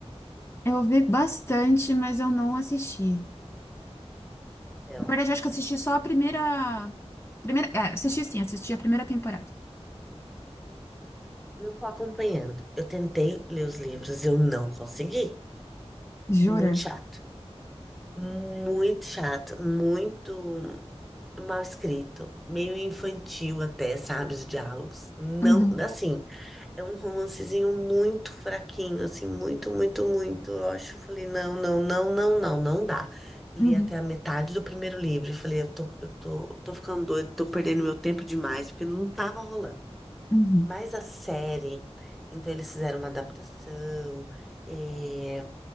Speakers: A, on the left; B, in the centre.
A: Eu ouvi bastante, mas eu não assisti.
B: Então,
A: Na verdade, eu acho que eu assisti só a primeira. Primeira. É, assisti sim, assisti a primeira temporada.
B: então, não tô acompanhando. Eu tentei ler os livros, eu não consegui.
A: Jura?
B: Muito chato. Muito chato, muito mal escrito, meio infantil até, sabe, os diálogos. Não,
A: Uhum,
B: assim, É um romancezinho muito fraquinho, assim, muito, muito, muito. Eu acho, eu falei, não, não, não, não, não, não dá. Li
A: uhum,
B: até a metade do primeiro livro e falei, eu tô, eu tô, tô ficando doido, tô perdendo meu tempo demais, porque não tava rolando.
A: uhum,
B: Mas a série, então eles fizeram uma adaptação, eh,